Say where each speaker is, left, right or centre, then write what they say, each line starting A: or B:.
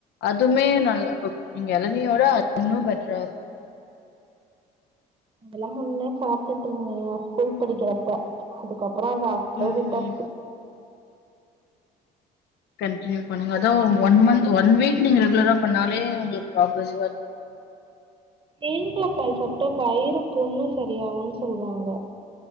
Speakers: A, on the left; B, on the right.
A: அதுமே நல்ல நீங்க இளநீய விட அது இன்னும் பெட்டரா இருக்கும்
B: அதெல்லாம் முன்னே சாப்பிட்டுட்டு இருந்தேங்க ஸ்கூல் படிக்கிறப்ப அதுக்கப்பறோ அது அப்டியே
A: ம்.
B: விட்டாச்சு
A: கண்டியூ பண்ணுங்க அதான் ஒரு ஒன் மந்த் ஒன் வீக் நீங்க ரெகுலரா பண்ணாலே உங்களுக்கு பாசிடிவ்வா இருக்கும்
B: தேங்கா பால் சாப்ட்டா வயிரு புண்ணு சரியாகுன் சொல்வாங்க